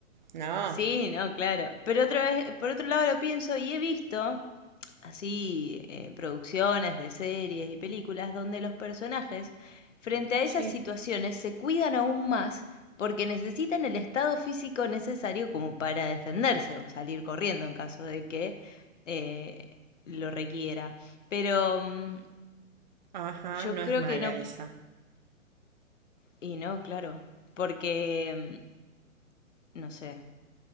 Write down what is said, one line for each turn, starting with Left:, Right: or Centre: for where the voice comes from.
Right: no,
Left: Sí, no, claro. Pero otra vez, por otro lado lo pienso y he visto así eh, producciones de series y películas donde los personajes frente a esas
Right: Sí.
Left: situaciones se cuidan aún más porque necesitan el estado físico necesario como para defenderse o salir corriendo en caso de que eh, lo requiera. Pero mm,
Right: ajá,
Left: yo
Right: no
Left: creo
Right: es mala
Left: que no,
Right: esa.
Left: y no, claro, porque, mm, no sé,